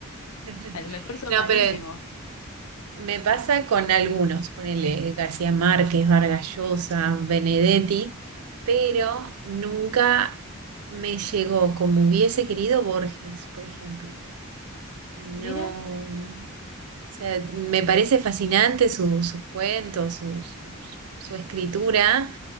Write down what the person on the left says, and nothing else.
A lo mejor son
malísimos.
Mira,